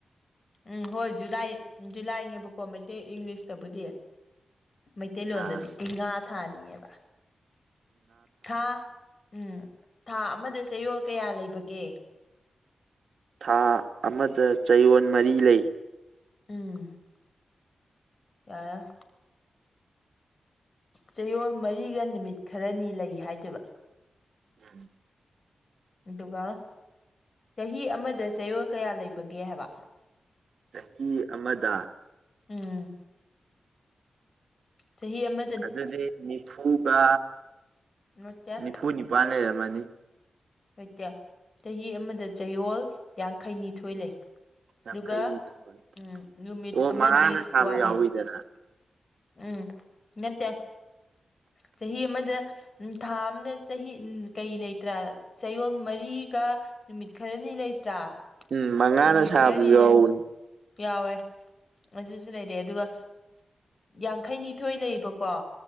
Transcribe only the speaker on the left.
ꯎꯝ ꯍꯣꯏ ꯖꯨꯂꯥꯏ ꯖꯨꯂꯥꯏꯅꯦꯕꯀꯣ ꯃꯩꯇꯩ ꯏꯪꯂꯤꯁꯇꯕꯨꯗꯤ꯫ ꯃꯩꯇꯩꯂꯣꯟꯗꯗꯤ
ꯏꯤꯡꯉꯥ ꯊꯥꯅꯦꯕ ꯊꯥ ꯎꯝ ꯊꯥ ꯑꯃꯗ ꯆꯌꯣꯜ ꯀꯌꯥ ꯂꯩꯕꯒꯦ꯫
ꯎꯝ ꯌꯥꯔꯦ꯫ ꯆꯌꯣꯜ ꯃꯔꯤꯒ ꯅꯨꯃꯤꯠ ꯈꯔꯅꯤ ꯂꯩ ꯍꯥꯏꯗꯣꯏꯕ꯫
ꯑꯗꯨꯒ ꯆꯍꯤ ꯑꯃꯗ ꯆꯌꯣꯜ ꯀꯌꯥ ꯂꯩꯕꯒꯦ ꯍꯥꯏꯕ꯫
ꯎꯝ꯫ ꯆꯍꯤ ꯑꯃ
ꯅꯠꯇꯦ
ꯂꯩꯇꯦ ꯆꯍꯤ ꯑꯃꯗ ꯆꯌꯣꯜ ꯌꯥꯡꯈꯩꯅꯤꯊꯣꯏ ꯂꯩ꯫
ꯑꯗꯨꯒ ꯎꯝ ꯅꯨꯃꯤꯠ
ꯑꯃꯗꯤ
ꯋꯥꯠꯂꯤ꯫
ꯎꯝ ꯅꯠꯇꯦ꯫ ꯆꯍꯤ ꯑꯃꯗ ꯎꯝ ꯊꯥ ꯑꯃꯗ ꯆꯍꯤ ꯀꯩ ꯂꯩꯇ꯭ꯔꯥ ꯆꯌꯣꯜ ꯃꯔꯤꯒ ꯅꯨꯃꯤꯠ ꯈꯔꯅꯤ ꯂꯩꯇ꯭ꯔꯥ
ꯅꯨꯃꯤꯠ
ꯈꯔꯅꯤ ꯑꯗꯨꯝ
ꯌꯥꯎꯋꯦ꯫ ꯑꯗꯨꯖꯨ ꯂꯩꯔꯦ ꯑꯗꯨꯒ ꯌꯥꯡꯈꯩꯅꯤꯊꯣꯏ ꯂꯩꯕꯀꯣ